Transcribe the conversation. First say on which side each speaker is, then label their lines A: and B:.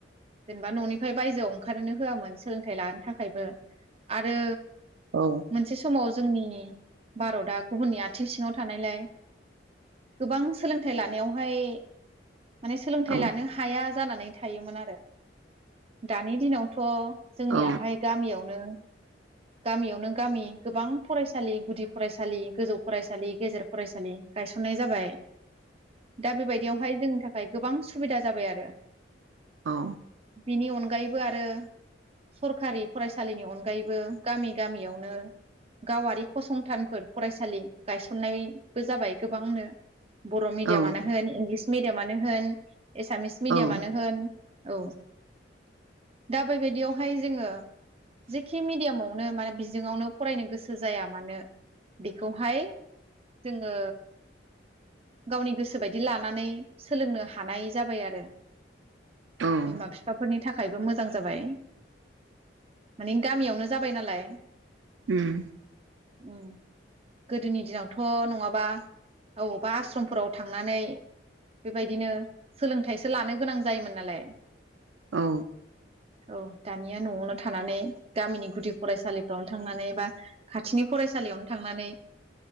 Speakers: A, on the right; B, on the right.
A: जेनेबा ननिफ्राय बायजोयाव ओंखारनोनो होयामोन सोलोंथाइ लानो थाखायबो आरो
B: ओ
A: मोनसे समाव जोंनि भारतया गुबुननि आथिं सिङाव थानायलाय गोबां सोलोंथाइ लानायावहाय माने सोलोंथाइ
B: औ
A: लानो हाया जानानै थायोमोन आरो दानि दिनावथ' जोंनियाहाय
B: औ
A: गामियावनो गामियावनो गामि गोबां फरायसालि गुदि फरायसालि गोजौ फरायसालि गेजेर फरायसालि गायसननाय जाबाय। दा बेबायदियावहाय जोंनि थाखाय गोबां सु सुबिदा जाबाय आरो।
B: औ
A: बिनि अनगायैबो आरो सरखारि फरायसालिनि अनगायैबो गामि गामियावनो गावारि फसंथानफोर फरायसालि गायसननाय बो जाबाय गोबांनो। बर' मिडियामानो
B: औ
A: होन इंलिस मेडियामानो होन एसामिस मिडियामानो
B: औ
A: होन औ दा बैबायदियावहाय जोङो जेखि मिडियामाव नो मा बिजोङावनो फरायनो गोसो जाया मानो बेखौहाय जोङो गावनि गोसो बायदि लानानै सोलोंनो हानाय जाबाय आरो
B: औ
A: बिमा फिफाफोरनि थाखायबो मोजां जाबाय माने गामियावनो जाबाय नालाय
B: उम
A: उम गोदोनि दिनावथ' नङाबा अबावबा आस्रमफोराव थांनानै बेबायदिनो सोलोंथाइसो लानो गोनां जायोमोन नालाय।
B: औ
A: औ दानिया न'आवनो थानानै गामिनि गुदि फरायसालिफ्रावनो थांनानै बा खाथिनि फरायसालियावनो थांनानै